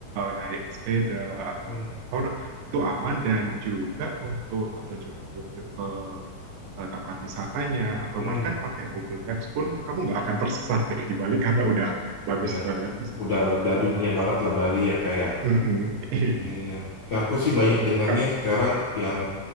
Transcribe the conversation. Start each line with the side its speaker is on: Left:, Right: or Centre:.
Right: naik sepeda atau
Left: hmm,
Right: motor itu aman dan juga untuk petunjuk-petunjuk ke eh, tempat wisatanya atau
Left: hmm.
Right: bahkan pakai Google Maps pun kamu nggak akan tersesat deh di Bali karena udah bagus
Left: Udah
Right: banget di sini
Left: udah
Right: untuk
Left: udah
Right: eh,
Left: dunia
Right: eh,
Left: banget lah Bali ya kayak.
Right: mm-mm. <laughs>
Left: Iya. Aku sih banyak dengarnya
Right: Iya,
Left: sekarang yang